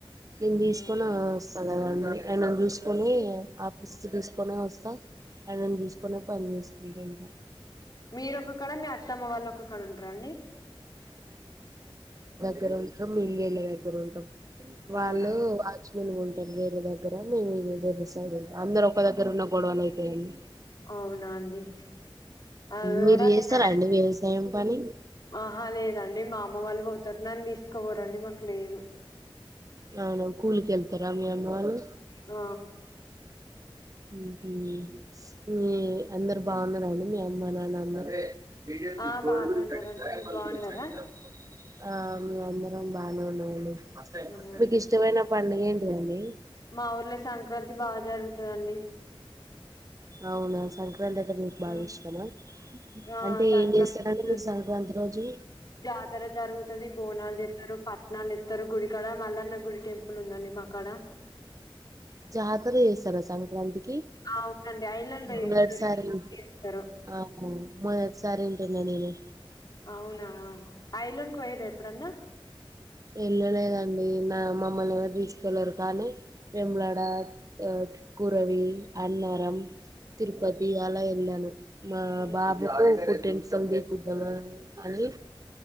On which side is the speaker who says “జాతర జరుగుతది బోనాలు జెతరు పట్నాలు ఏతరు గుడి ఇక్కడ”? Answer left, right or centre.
Left